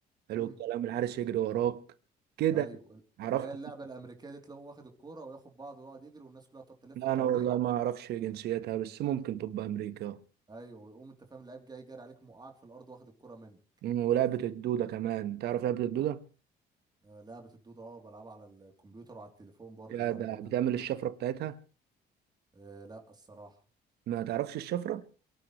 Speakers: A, on the right; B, on the right.
A: حلو
B: امم
A: الكلام الحارس يجري وراك كده
B: ايوه
A: عرفت
B: اللي هي اللعبة الأمريكية دي تلاقوه واخد الكورة وياخد بعضه ويقعد يجري والناس كلها تقعد تلف
A: لا
B: حواليه
A: انا والله ما اعرفش جنسيتها بس ممكن تبقى امريكا
B: ايوه ويقوم انت فاهم اللعيب جاي جاري عليك موقعك في الأرض واخد الكورة منه
A: مم، ولعبة الدودة كمان تعرف لعبة الدودة
B: آه لعبة الدودة اه بلعبها على الكمبيوتر وعلى التليفون برضه
A: يا
B: لعبة
A: ده
B: جميلة
A: بتعمل الشفرة بتاعتها
B: آه لا الصراحة
A: ما تعرفش الشفرة